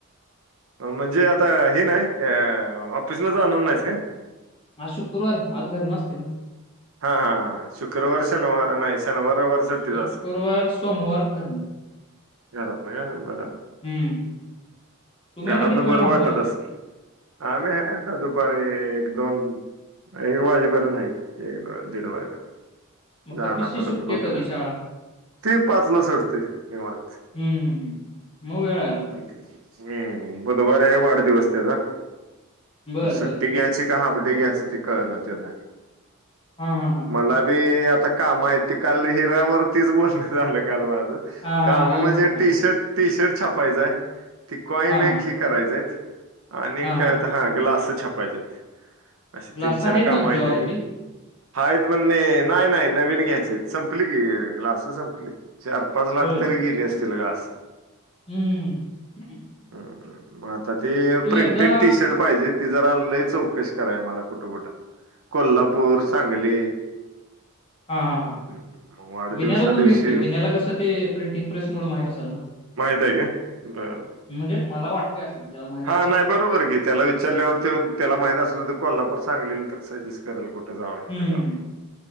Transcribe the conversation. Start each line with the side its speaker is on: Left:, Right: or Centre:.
Right: म्हणजे आता हे नाही क ऑफिसला जाणार नाहीस का?
Left: आज शुक्रवार आज घर नसते ना.
Right: हा हा हा शुक्रवार शनवार नाहीच. शनिवार रविवार. सुट्टीच
Left: शुक्रवार
Right: असेल
Left: सोमवार घर
Right: घरात ना का बर,
Left: हम्म तुम्ही
Right: घरात
Left: आता किती
Right: ना
Left: वेळ
Right: बरं
Left: थांबणार
Right: वाटत
Left: आहे
Right: अस. आम्ही आता दुपारी एक दोन एक वाजेपर्यंत हा एक दीड वाजेपर्यंत
Left: मग
Right: जाना
Left: कपिसची
Right: परत
Left: सुट्टी
Right: भोकला
Left: आहे कधी शाळा
Right: ते पाचला सोडते निेवण
Left: हम्म हम्म हम् मग वेळा अजून
Right: हम्म बुधवार आहे वाढदिवस त्याचा
Left: बर
Right: म सुट्टी
Left: बर बर
Right: घ्या काय हपडे घ्यायचं ते कळ ते त्या
Left: हा हा हा
Right: मला बी आता का माहिती काल हिरा्यावरतीच बोलण झालं काल माझं
Left: हां हां
Right: का
Left: आलं
Right: मग म्हणजे
Left: लक्षात हां
Right: टी शर्ट टी शर्ट छापायचाय ती कॉइन
Left: हां
Right: एक
Left: हां
Right: ही करायचय आणि एक
Left: हां
Right: काय
Left: हां
Right: होत हा ग्लास छपायचे असे
Left: ग्लास
Right: तीन
Left: आहेत
Right: चार काम
Left: ना तुझे
Right: आहे
Left: ऑलरेडी
Right: ते हाय म्हणणे नाही नाही नवीन घ्यायचे आहेत संपली की ग्लास संपली चार पजलाक
Left: होय
Right: तिरीगले असतीलील घस
Left: हम्म हम
Right: मग आता ते प्रिंटेड
Left: एकदा
Right: टी शर्ट पाहिजे ति जरा लई चौकशी कराय मला कुठं कुठं कोल्हापूर सांगली
Left: हा हा हां
Right: हम्म, मग वाढदिवसा
Left: विन्याला
Right: दिवशी
Left: पण भेट क विनला कसं ते प्रिंटिंग प्रेस मु माहित असाल ना
Right: माहितग ब
Left: म्हणजे मला वाटतंय असंी त्याला माहीित
Right: हा
Left: असत
Right: नाही हो बरोबर की त्याला विचारल्यावर ते त्याला माहित असलं तर कोल्हापूर सांगले तर सजेस्ट केल कुठे जा हथचा
Left: हं,